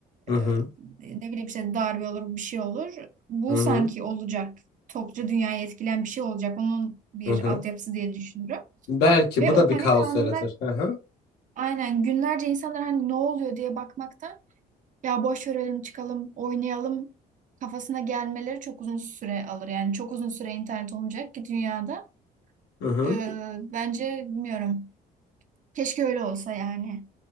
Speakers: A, on the left; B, on the right.
A: Hı
B: e,
A: hı.
B: ne bileyim işte darbe olur bir şey olur. Bu
A: Hı hı.
B: sanki olacak. Topluca dünyayı etkileyen bir şey olacak. Onun bir
A: Hı hı.
B: altyapısı diye düşünürüm.
A: Belki
B: Ve
A: bu
B: o
A: da
B: panik
A: bir kaos
B: anında
A: yaratır. Hı hı.
B: aynen günlerce insanlar hani ne oluyor diye bakmaktan ya boş verelim çıkalım oynayalım kafasına gelmeleri çok uzun süre alır. Yani çok uzun süre internet olmayacak ki dünyada.
A: Hı hı.
B: Ee, bence bilmiyorum. Keşke öyle olsa yani.